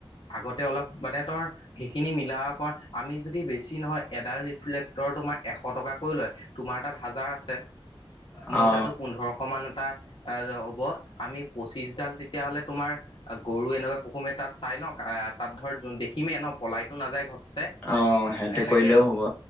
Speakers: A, on the left; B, on the left.
A: আগতে অলপ মানে তৰ সেইখিনি মিলা কৰা আমি যদি বেছি নহয় এডাল ৰিফ্লেক্টৰ তোমাৰ এশ টকাকৈ লয় তোমাৰ তাত হাজাৰ আছে,
B: আছে
A: মোৰ তাতো পোন্ধৰশ মান এটা এ হ'ব আমি পঁচিশডাল তেতিয়া হলে, তোমাৰ গৰু এনেকুৱা কুকুমে তাত চাই লওঁ তাত ধৰ দেখিমেই ন পলাইতো নাযায় ঘপচে
B: অ, সেইটো
A: এনেকে
B: কৰিলেও। হ'ব।